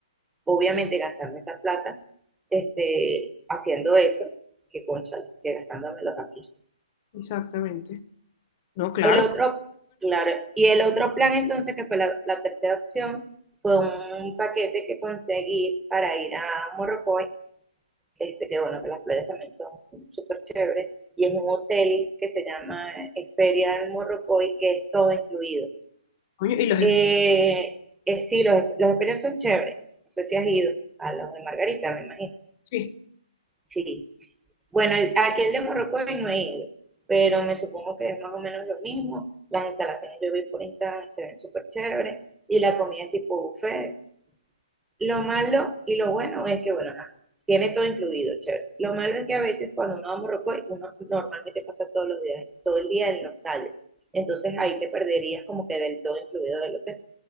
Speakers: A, in the centre; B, on the left.
A: obviamente, gastarme esa plata este, haciendo eso que, concha, que gastándomelo aquí.
B: Exactamente. No, claro.
A: El otro, claro, y el otro plan entonces, que fue la, la tercera opción, fue un paquete que conseguí para ir a Morrocoy, este, que bueno, que las playas también son súper chéveres, y es un hotel que se llama Experian Morrocoy, que es todo incluido.
B: Coño, Y los...
A: Eh, eh, sí, los, los Experian son chéveres, no sé si has ido a los de Margarita, me imagino.
B: Sí,
A: Sí, Bueno, el- aquí el de Morrocoy no he ido, pero me supongo que es más o menos lo mismo. Las instalaciones yo vi por Instagram se ven súper chéveres y la comida es tipo buffet. Lo malo y lo bueno es que, bueno, tiene todo incluido, chévere. Lo malo es que a veces cuando uno va a Morrocoy, uno normalmente pasa todos los días, todo el día en los calles. Entonces ahí te perderías como que del todo incluido del hotel.